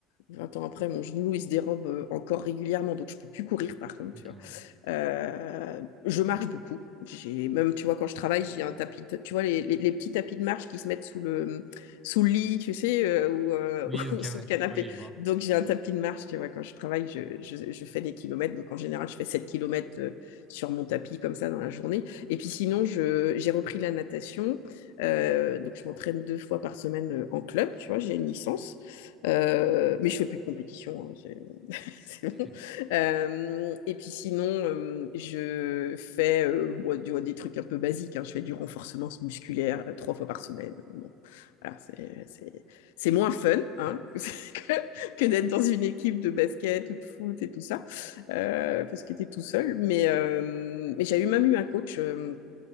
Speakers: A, on the left (about 80°); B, on the right (about 15°).
A: Vingt ans après, mon genou, il se dérobe euh, encore régulièrement, donc je ne peux plus courir, par contre,
B: Ok,
A: tu vois.
B: ouais.
A: Euh, je marche beaucoup. J'ai même, tu vois, quand je travaille, j'ai un tapis, de- tu vois, les, les- les petits tapis de marche qui se mettent sous le, sous le lit, tu sais, euh, ou, euh,
B: Oui,
A: <laughs>
B: ok,
A: ou sous
B: ouais.
A: le canapé.
B: Oui, je vois.
A: Donc, j'ai un tapis de marche, tu vois, quand je travaille, je, je- je fais des kilomètres. Donc, en général, je fais 7 kilomètres euh, sur mon tapis, comme ça, dans la journée. Et puis, sinon, je- j'ai repris la natation. Euh, donc, je m'entraîne deux fois par semaine euh, en club, tu vois, j'ai une licence. Euh, mais je fais plus de compétition, hein, c'est <laughs> c'est
B: Ok,
A: bon. Euh, et puis sinon, euh, je fais euh, bon, tu vois, des trucs un peu basiques. hein. je fais du renforcement musculaire euh, trois fois par semaine. hein, Bon, voilà, c'est c'est- c'est moins fun
B: ok.
A: hein, <laughs> que, que d'être dans une équipe de basket ou de foot et tout ça, euh, parce que tu es tout seul. Mais, euh, mais j'ai eu même eu un coach. euh,